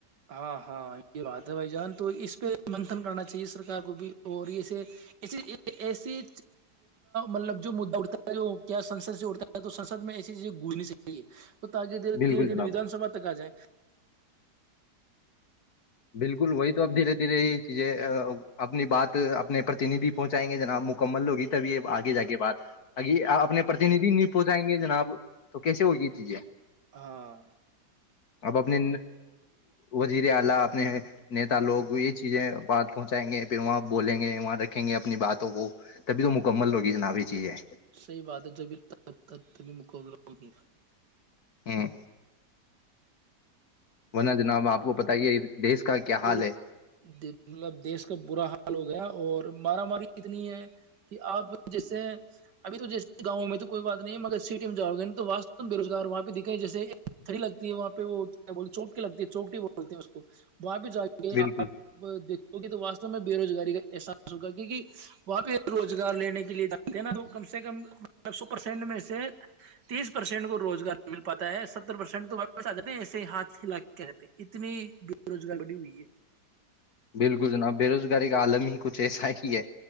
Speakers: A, on the right (about 80°); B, on the left (about 65°).
A: ہاں ہاں یہ بات ہے بھائی جان تو اس پہ منتن کرنا چاہیے سرک کو بھی اور یہسے ای ایسی مطلب جو ما اٹتا کیا سسد سے اٹتا تو سسد میں ایسی چیزیں گجنی چاہیے تو تاکہ دھیرے
B: بالکل
A: دھیرےھیےدان
B: جناب
A: سبا تک جائے
B: بالکل وہی تو اب دھیرے دھیرے یہ چیزیں اپنی بات اپنے پرتینیدھی پہنچائیں گے جناب مکمل ہوگی تبھی یہ آگے جا کےے بات ا اپنے پرتینیدھی نہیں پہنچائیں گے جناب تو کیسے ہوگی یہ چیزیں
A: ہاں
B: اب اپنے وزیر آلہ اپنے نیتا لوگ یہ چیزیں بات پہنچائیں گے پھر وہاں بولیں گے وہاں رکھیں گے اپنی باتوں کو تبھی تو مکمل لوگی جناب یہ چیزیں
A: صحی بات ہے جبھی ت ت تبھی مقابل بہت د باد
B: ہاں ورنہ جناب آپ کو پت ہی ہے دیش کا کیا حال
A: پھر
B: ہے
A: مطلب دیش کا برا حال ہو گیا اور مارا ماری اتنی ہے کہ آپ جیسے ابھی تو جیسے گاؤں میں تو کوئی بات نہیں مگر سٹی میں جاؤ گے نہیں تو وا بے روزگار وہاں پہ دکھے جیسے تھڑی لگتی ہے وہاں پہ وہ کیا بول چوکٹی لگتی ہے چوکٹی بولتے ہیں اس کو وہاں بھی جائیں گے
B: بالکل
A: آپ دیک تو وا میں بے روزگاری کا احساس ہوگا کی کہ وہاں پہ روزگار لینے کے لیے جاتے ہیں نا تو کم سے کم سو پرسینٹ میں سے تیس پرسینٹ کو روزگار مل پاتا ہے ستر پرسینٹ تو جات ایسے ہی ہاتھیتے اتنی روزگار بڑی ہوئی ہے
B: بلکل جناب بے روزگاری کا عالم ہی کچھ ایسا ہی ہے